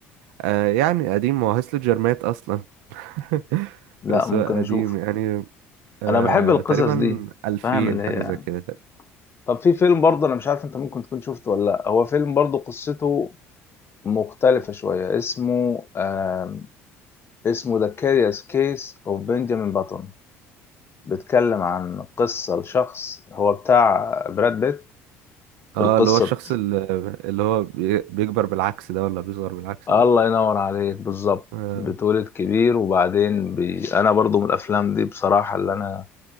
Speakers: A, on the right; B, on the left.
A: آه يعني قديم هو هاسل جرمات اصلا <laughs>
B: لا
A: بس
B: ممكن
A: هو قديم
B: اشوفه
A: يعني آه
B: انا بحب القصص
A: تقريبا
B: دي
A: 2000
B: فاهم اللي
A: حاجة
B: هي
A: زي كده تقريبا.
B: طب في فيلم برضه انا مش عارف انت ممكن تكون شفته ولا لا هو فيلم برضه قصته مختلفة شوية اسمه آم، اسمه The Curious Case of Benjamin Button بيتكلم عن قصة لشخص هو بتاع براد بيت
A: اه
B: القصة
A: اللي هو الشخص
B: ب-
A: اللي, اللي هو بي- بيكبر بالعكس ده ولا بيصغر بالعكس
B: الله
A: ده
B: ينور عليك بالظبط
A: آه
B: بتولد كبير وبعدين بي... انا برضو من الافلام دي بصراحة اللي انا